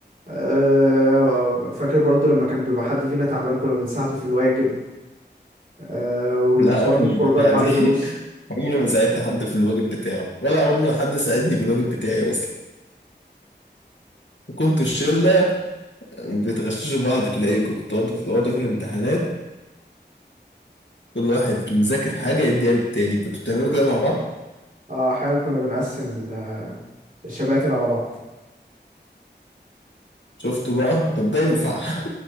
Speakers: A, on the right; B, on the left.
A: آه، فاكر برضو لما كان بيبقى حد فينا تعبان كنا بنساعده في الواجب آه،
B: <laughs>
A: وبرضو
B: لا عمري
A: الخروجات
B: البتاع
A: بعد
B: دي <laughs>
A: دروس
B: عمري ما ساعدت حد في الواجب بتاعه ولا عمر ما حد ساعدني في الواجب بتاعي اصلا كنت الشله بتغششوا بعض تلاقيكم كنت اقعد في أقعدوا في الامتحانات كل واحد مذاكر حاجه يديها للتاني كنتوا بتعملوا كده مع بعض
A: آه، أحيانا كنا بنقسم ال- الشباتر على بعض
B: شفتوا بقى طب ده ينفع <laughs>